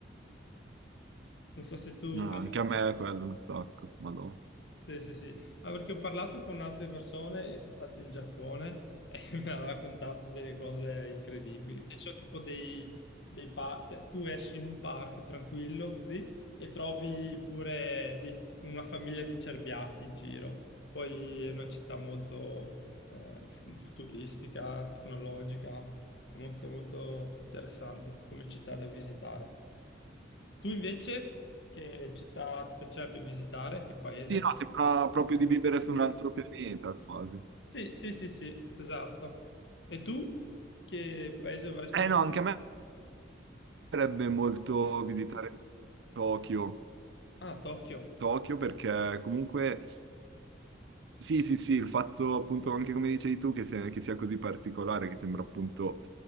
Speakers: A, on the left; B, on the right.
A: Non so se tu
B: Ah,
A: hai...
B: anche a me è quello un sacco, ma no.
A: Sì, sì, sì, ma perché ho parlato con altre persone e sono state in Giappone e <laughs> mi hanno raccontato delle cose incredibili. Cioè, ci sono tipo dei, dei pa- cioè, tu esci in un parco tranquillo così e trovi pure dei- una famiglia di cerbiatti in giro. Poi è una città molto eh, fu- futuristica, tecnologica, è molto molto interessante come città da visitare. Tu invece che città ti piacerebbe visitare? Che paese?
B: Sì, no, sembra proprio di vivere su un altro pianeta, quasi.
A: Sì, sì, sì, sì, esatto. E tu che paese avresti
B: Eh
A: visitato?
B: no, anche a me piacerebbe molto visitare Tokyo.
A: Ah, Tokyo.
B: Tokyo perché comunque sì, sì, sì, il fatto appunto anche come dicevi tu che, se- che sia così particolare, che sembra appunto